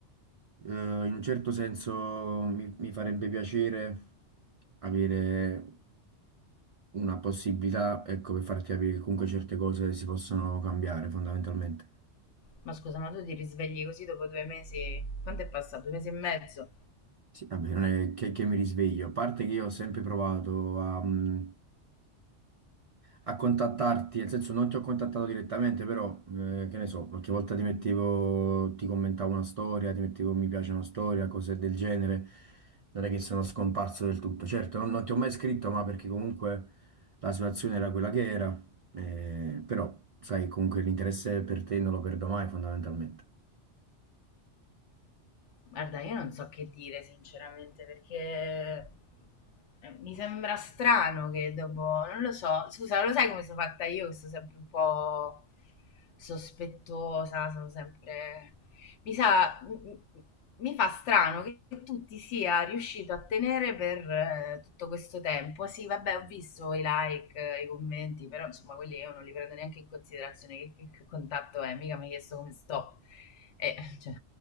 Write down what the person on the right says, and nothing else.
Eh, in un certo senso mi, mi farebbe piacere avere una possibilità, ecco, per farti capire che comunque certe cose si possono cambiare fondamentalmente.
Sì, vabbè, non è che, che mi risveglio, a parte che io ho sempre provato a, mm, a contattarti, nel senso non ti ho contattato direttamente, però eh, che ne so, qualche volta ti mettevo, ti commentavo una storia, ti mettevo un mi piace una storia, cose del genere, non è che sono scomparso del tutto. Certo, non, non ti ho mai scritto, ma perché comunque la situazione era quella che era, eh, però sai, comunque l'interesse per te non lo perdo mai fondamentalmente.